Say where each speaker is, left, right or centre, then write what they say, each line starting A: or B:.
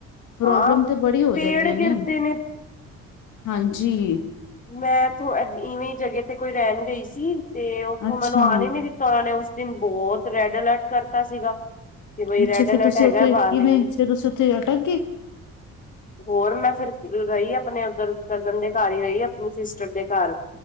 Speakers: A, on the left; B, on the left.
A: ਪ੍ਰੋਬਲਮ
B: ਹਾਂ
A: ਤੇ ਬੜੀ ਹੋ
B: ਪੇੜ
A: ਜਾਂਦੀਆਂ ਨੇ।
B: ਗਿਰਦੇ
A: ਹਾਂਜੀ
B: ਮੈਂਥ ਇਵੇਂ ਜਗ੍ਹਾ ਤੇ ਕੋਈ ਰਹਿਣ ਗਈ ਸੀ, ਤੇ ਉੱਥੋਂ
A: ਅੱਛਾ
B: ਮੈਨੂੰ ਆਨ ਨੀ ਦਿੱਤ ਤਾਂ ਉਹਨਾਂ ਨੇ ਉਸ ਦਿਨ ਬੋਤ ਰੈੱਡ ਅਲਰਟ ਕਰਤਾ ਸੀਗਾ। ਕਿ ਬਈ
A: ਅੱਛਾ
B: ਰੈਡ
A: ਫਿਰ
B: ਅਲਰਟ
A: ਤੁਸੀਂ
B: ਹੈਗਾ,
A: ਉੱਥੇ
B: ਬਾਹਰ
A: ਕਿਵੇਂ
B: ਨੀ
A: ਫਿਰ ਤੁਸੀਂ ਉੱਥੇ ਅਟਕ ਗਏ
B: ਹੋਰ ਮੈਂ, ਫੇਰ ਰਹੀ ਆਪਣੇ ਉੱਧਰ ਕਜ਼ਨ ਦੇ ਘਰ ਹੀ ਰਹੀ। ਆਪਣੀ ਸਿਸਟਰ ਦੇ ਘਰ,